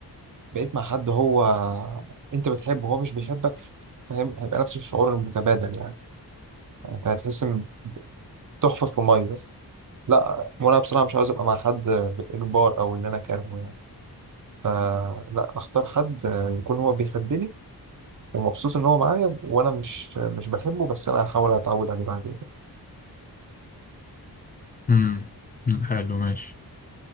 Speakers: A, on the right (about 50°); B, on the left (about 25°).
A: بقيت مع حد هو انت بتحبه وهو مش بيحبك فاهم هيبقى نفس الشعور المتبادل يعني يعني انت هتحس ان تحفر في ميه لا وانا بصراحه مش عاوز ابقى مع حد بالاجبار او ان انا كارهه يعني فلا اختار حد يكون هو بيحبني ومبسوط ان هو معايا وانا مش مش بحبه بس انا هحاول اتعود عليه بعدين
B: امم حلو ماشي